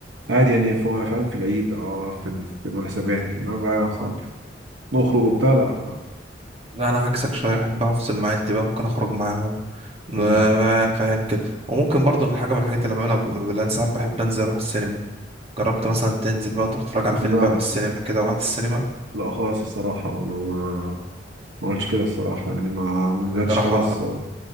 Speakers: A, on the right; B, on the right.
A: عادي يعني فا- فاهم في العيد اه في ال- في المناسبات انما بقى مثلا
B: اه
A: نخرج وبتاع لا
B: لا انا عكسك شويه بحب افصل مع عيلتي بقى ممكن اخرج معاهم
A: مم.
B: آه، فاهم كده وممكن برضه من حاجه من الحاجات اللي بعملها بلان ساعات بحب انزل اروح السينما جربت مثلا تنزل بقى تروح تتفرج على
A: لا
B: فيلم بقى من السينما كده وقعد السينما
A: لا خالص الصراحة أنا ما ما قلتش كده الصراحة يعني ما ما نزلتش
B: راح
A: خالص آه،